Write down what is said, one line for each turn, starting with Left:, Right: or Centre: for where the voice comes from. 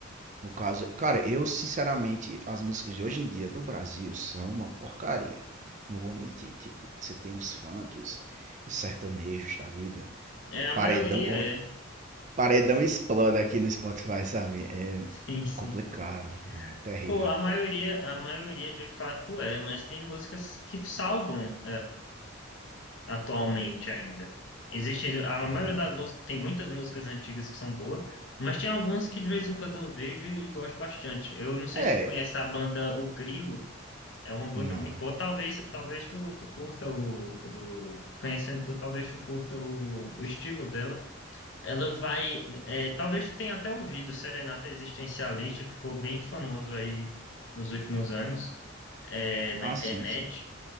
Right: No caso, cara, eu sinceramente, as músicas de hoje em dia do Brasil são uma porcaria, cara. Não vou mentir. Tipo, você tem os funk, os, os sertanejos da vida,
Left: É, a
Right: paredão,
Left: maioria é.
Right: Paredão explode aqui no Spotify, sabe? É
Left: <laughs> Sim, sim.
Right: complicado, não, é terrível.
Left: Pô, a maioria, a maioria de fato é, mas tem músicas que salvam. atualmente ainda. Existe, a
Right: Hum.
Left: maioria das músicas, tem muitas músicas antigas que são boas, mas tem algumas que de vez em quando eu vejo e gosto bastante. Eu não sei
Right: É,
Left: se tu conhece a banda O Grilo, é uma banda
Right: não.
Left: muito boa. Talvez, talvez tu, tu curta o, o- conhecendo tu, talvez tu curta o, o estilo dela. Ela vai, é, talvez tu tenha até ouvido Serenata Existencialista, que ficou bem famoso aí nos últimos anos, é, na
Right: Ah,
Left: internet.
Right: sim, sim.